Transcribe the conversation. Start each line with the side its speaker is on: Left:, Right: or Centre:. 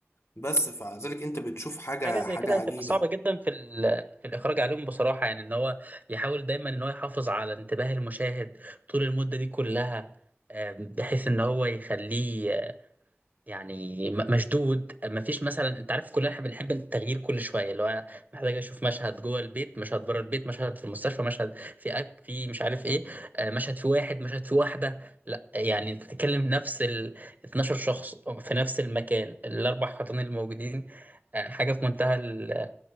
Left: بس فمع ذلك انت بتشوف حاجه
Right: حاجه زي
Left: حاجه
Right: كده
Left: عجيبه
Right: هتبقى صعبه جدا في ال- في الاخراج عليهم بصراحه يعني ان هو يحاول دايما ان هو يحافظ على انتباه المشاهد طول المده دي كلها آه، بحيث ان هو يخليه يعني م- مشدود ما فيش مثلا انت عارف كلنا احنا بنحب التغيير كل شويه اللي هو محتاج اشوف مشهد جوه البيت مشهد بره البيت مشهد في المستشفى مشهد في أك في مش عارف ايه آه، مشهد في واحد مشهد في واحده لا يعني انت بتتكلم نفس ال 12 شخص في نفس المكان الاربع حيطان الموجودين آه، حاجه في منتهى ال...